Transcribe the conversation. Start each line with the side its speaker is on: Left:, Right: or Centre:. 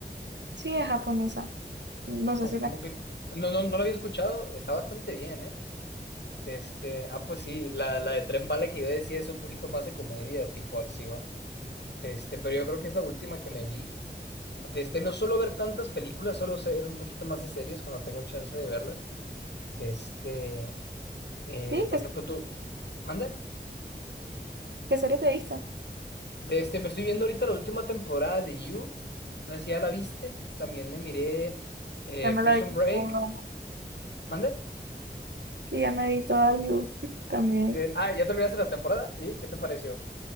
Right: Sí, es japonesa. No
Left: Ojo,
Right: sé si la...
Left: no, vi- no, no, no lo había escuchado. Está bastante bien, ¿eh? Este, ah, pues sí, la, la de Tren Bala que yo decía es un poquito más de comedia, tipo acción. Este, pero yo creo que es la última que me vi. Este, no suelo ver tantas películas, solo ser un poquito más de series cuando tengo chance de verlas. Este, eh,
Right: Sí,
Left: por
Right: ¿qué,
Left: ejemplo, tú, ¿mande?
Right: qué serie te viste?
Left: De este, me estoy viendo ahorita la última temporada de You. No sé si ya la viste. También me miré eh,
Right: Ya me
Left: Prison
Right: la vi
Left: Break.
Right: toda.
Left: ¿Mande?
Right: Sí, ya me vi toda You <laughs> también.
Left: Sí, Ah, ya terminaste la temporada. ¿Y qué te pareció?